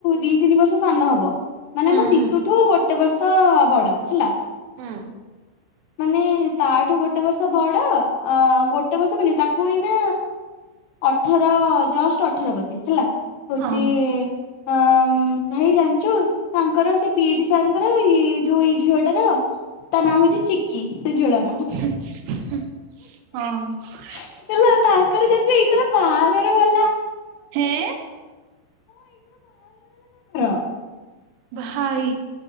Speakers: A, on the left; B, on the right.
A: ଦି ତିନି ବର୍ଷ ସାନ ହବ। ମାନେ
B: ହୁଁ
A: ଆମ ଶୀତୁଠୁ
B: ହୁଁ
A: ଗୋଟେ ବର୍ଷ ବଡ ହେଲା।
B: ହୁଁ।
A: ମାନେ ତାଠୁ ଗୋଟେ ବର୍ଷ ବଡ ଅ ଗୋଟେ ବର୍ଷ ବି ନୁହଁ ତା କୁ ଏନା ଅଠର ଜଷ୍ଟ ଅଠର ବୋଧେ ହେଲା ହଉଚି
B: ହଁ
A: ଅ ଭାଇ ଜାଣିଚୁ ତାଙ୍କର ସେ ପିଇଟି ସାର୍ ଙ୍କର ଏଇ ଯୋଉ ଏଇ ଝିଅଟାର ତା ନାଁ ହଉଚି ଚି କି ସେ ଝିଅ ତା ନାଁ
B: ହଁ।
A: ହେଲା ତାଙ୍କର ଯେମିତି ଏଇଥର ବାହାଘର ଗଲା
B: ହେଁ।
A: ଏଥର ବାହାଘର ହେଲା ତାଙ୍କର
B: ଭାଇ